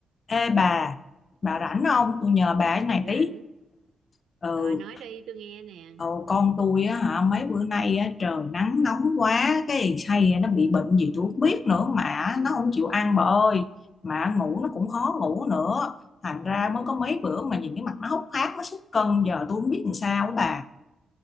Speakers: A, on the left; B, on the right.
A: Ê bà, bà rảnh không? Tôi nhờ bà cái này
B: rảnh
A: tí. Ừ,
B: rồi nói đi tôi nghe nè
A: ừ con tôi á hả, mấy bữa nay á, trời nắng nóng quá, cái thằng say nó bị bệnh gì tôi không biết nữa mà nó không chịu ăn bà ơi. Mà ngủ nó cũng khó ngủ nữa. Thành ra mới có mấy bữa mà nhìn cái mặt nó hốc hác, nó sút cân giờ tôi không biết làm sao á bà.